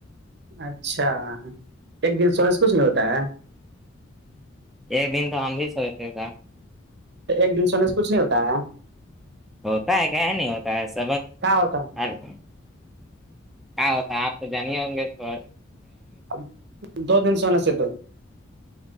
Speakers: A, on the right (about 60°); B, in the centre.
A: اچھا ایک دن سونے سے کچھ نہیں ہوتا ہے
B: ایک دن تو ہم بھی س ہو تھا
A: تو ایک دن سے اننے سے کچھ نہیں ہوتا ہے
B: ہوتا ہے کیا ہے نہیں ہوتا ہے سبق
A: کہاں ہوتا ہے
B: ہ <unintelligible> کیا ہوتا ہے آپ تو جانے ہوں گے س
A: ب دو دن سونا سے د <unintelligible>